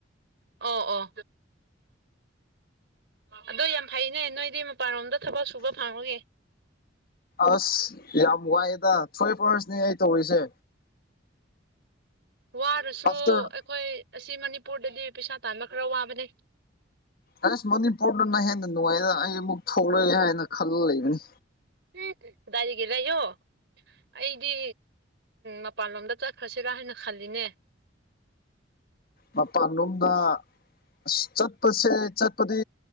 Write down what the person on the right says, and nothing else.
ꯑꯣ ꯑꯣ ꯑꯗꯣ ꯌꯥꯝ ꯐꯩꯅꯦ ꯅꯣꯏꯗꯤ ꯃꯄꯥꯥꯟꯂꯣꯝꯗ ꯊꯕꯛ ꯁꯨꯕ ꯐꯪꯕꯒꯤ
ꯋꯥꯔꯁꯨ
ꯑꯩꯈꯣꯏ ꯑꯁꯤ ꯃꯅꯤꯄꯨꯔꯗꯗꯤ ꯄꯩꯁꯥ ꯇꯥꯟꯕ ꯈꯔ ꯋꯥꯕꯅꯦ
ꯑꯝ ꯀꯗꯥꯏꯗꯒꯤ ꯂꯩꯌꯣ ꯑꯩꯗꯤ ꯃꯄꯥꯟꯂꯣꯝꯗ ꯆꯠꯈ꯭ꯔꯁꯤꯔꯥ ꯍꯥꯏꯅ ꯈꯜꯂꯤꯅꯦ